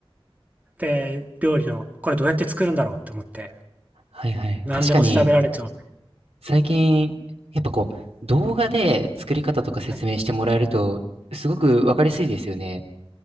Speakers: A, on the right (about 15°); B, on the right (about 80°).
A: で、料理のこれどうやって作るんだろうって思って、
B: はいはい。
A: 何でも調べられちゃうんで、
B: 確かに、最近、やっぱこう、動画で作り方とか説明してもらえると、
A: はい。
B: すごくわかりやすいですよね。